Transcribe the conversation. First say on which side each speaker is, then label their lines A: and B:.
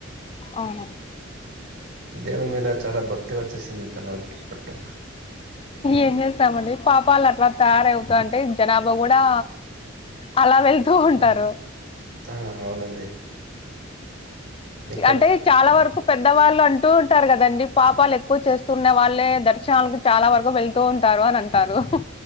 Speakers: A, on the left; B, on the right.
A: అవును
B: దేవుని మీద చాలా భక్తి వచ్చేసింది జనాలకి ఇప్పుడు
A: ఏం చేస్తామండి పాపాలు అట్ల తయారవుతా ఉంటే జనాభా గూడా అలా వెళ్తూ ఉంటారు.
B: ఆ ఆ అవునండి ఇంకా
A: అంటే చాలా వరకు పెద్దవాళ్ళు అం అంటూ ఉంటారు గదండి పాపాలు ఎక్కువ చేస్తున్న వాళ్ళే దర్శనాలకు చాలా వరకు వెళ్తూ ఉంటారు అని అంటారు హ